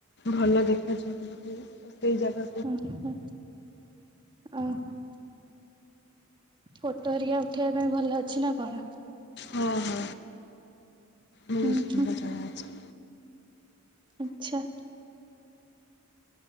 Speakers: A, on the left (about 55°); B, on the right (about 25°).
A: ଭଲ ଦେଖାଯାଉ ତ ସେଇ ଜାଗା
B: ଓହୋ, ଓହୋ ଫୋଟୋ ହେରିକା ଉଠେଇ ପାଇଁ ଭଲ ଅଛି ନା କଣ?
A: ହଁ, ବହୁତ
B: ହୁଁ ହୁଁ
A: ଭଲ ଜାଗା ଅଛି।
B: ଆଚ୍ଛା!